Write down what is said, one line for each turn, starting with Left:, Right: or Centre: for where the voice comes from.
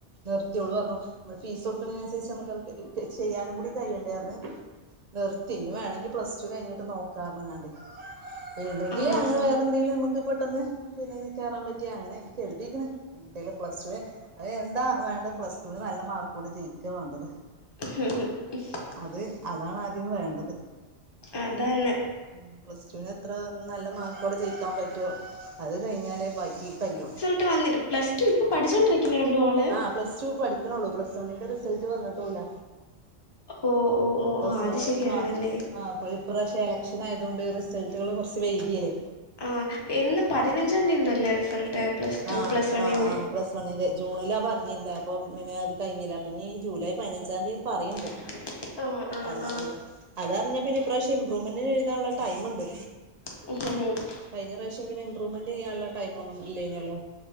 Right: നിർത്തിയോളൂ പറഞ്ഞു നമ്മള് ഫീസ് കൊടുക്കുന്നതിനനുസരിച്ച് നമുക്ക് ചെയ്യാനും കൂടി കഴിയണ്ടേന്ന് നിർത്തി ഇനി വേണെങ്കി പ്ലസ് ടു കഴിഞ്ഞിട്ട് നോക്കാ പറഞ്ഞ്കാണ്ട് ഇല്ലെങ്കില്
Left: ആ
Right: അങ്ങനെ
Left: ആ
Right: വേറെ എന്തെിലും നമുക്ക് പെട്ടെന്ന് പിന്നെ കയറാൻ പറ്റിയ അങ്ങനെ കരുതിക്ക്ണ് ഇണ്ടേൽ പ്ലസ് ടു അതിന് എന്താ വേണ്ടത് പ്ലസ് ടുവിന് നല്ല മാർക്കോടെ ജയിക്കുക വേണ്ടത്
Left: <unintelligible>
Right: അത് അതാണ് ആദ്യം വേണ്ടത്
Left: അതന്നെ
Right: ഉം പ്ലസ് ടൂവിന് എത്ര നല്ല മാർക്കോടെ ജയിക്കാൻ പറ്റുവോ അത് കഴിഞ്ഞാലേ ബാക്കി കയൂ
Left: ട്ട് വന്നി പ്ലസ് ടു ഇപ്പം പഠിച്ചോണ്ടിരിക്ക്ണേ ഒള്ളു ആള്
Right: ആഹ് പ്ലസ് ടു പഠിക്കണുള്ളൂ പ്ലസ് വണ്ണിന്റെ റിസൾട്ട് വന്നിട്ടൂല്ല
Left: ഓ ഓ ഓ
Right: പ്ലസ്
Left: ഓ അത്
Right: വൺ
Left: ശരിയാണല്ലേ
Right: ഈ മാസം ആഹ് അപ്പോൾ ഇപ്രാവശ്യം എലക്ഷന് ആയതുകൊണ്ട് റിസൾട്ടുകൾ കുറച്ച് വൈകില്ലേ
Left: ആ എന്ന് പതിനഞ്ചാം തീയതി എന്തോ അല്ലേ റിസൾട്ട് പ്ലസ് ടു
Right: ആഹ്
Left: പ്ലസ് വണ്ണിന്റെ
Right: ആഹ് ആഹ് പ്ലസ് വണ്ണിൻ്റെ ജൂണിലാണ് പറഞ്ഞിരുന്നത് അപ്പം പിന്നെ അത് കഴിഞ്ഞില്ല പിന്നെ ഈ ജൂലൈ പതിനഞ്ചാം തീയതിയും പറേണ്ട്
Left: <unintelligible> ആ
Right: അതെ
Left: ആ
Right: അതെ അത അതറിഞ്ഞാ പിന്നെ ഇപ്രാവശ്യം ഇംപ്രൂവ്മെന്റിന് എഴുതാനുള്ള ടൈംമുണ്ട്
Left: <unintelligible>
Right: കഴിഞ്ഞ പ്രാവശ്യം പിന്നെ ഇംപ്രൂവ്മെന്റ് ചെയ്യാനുള്ള ടൈം ഒന്നും ഇല്ലായിനല്ലോ